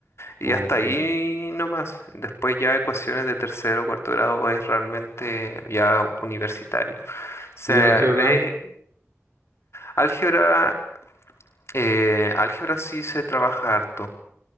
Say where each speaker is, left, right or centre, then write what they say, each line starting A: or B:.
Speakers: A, on the left (about 60°); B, on the right (about 70°).
A: Y
B: ok.
A: hasta ahí nomás. Después ya ecuaciones de tercero o cuarto grado es realmente ya universitario. Se
B: ¿Y álgebra?
A: ve álgebra, eh, álgebra sí se trabaja harto.